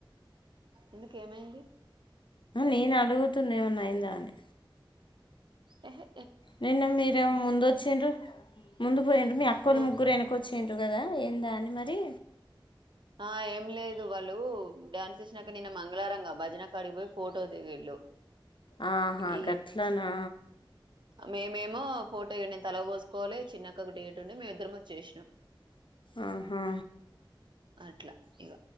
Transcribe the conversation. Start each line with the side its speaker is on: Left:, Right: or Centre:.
Right: ఎందుకు ఏమైంది
Left: నేను అడుగుతున్నా ఏమన్నా అయిందా అని
Right: ఆహా
Left: నిేన్న మీరే ముందు వచ్చిండ్రు ముందు పోయి మీ అక్కో వాళ్ళ
Right: ఆ
Left: ముగ్గురు వెనకొ వచ్చి అరు కదా ఏందా అని మరి
Right: ఆ ఏం లేదు వాళ్ళు డ్యాన్స్ ఇసినాక నిన్న మంగళారంగా భజన కడిగిపోయి ఫోటో దిగిళ్ళు
Left: ఆహా
Right: ఈ
Left: గట్లనా
Right: మేమేమో ఫోటో నేను తల పోోసుకోవాలి చిన్నక్క ఒక డేట్ ఉండి మేము ఇద్దరం వచ్చేసినాం
Left: ఆహా
Right: అట్లా ఇగ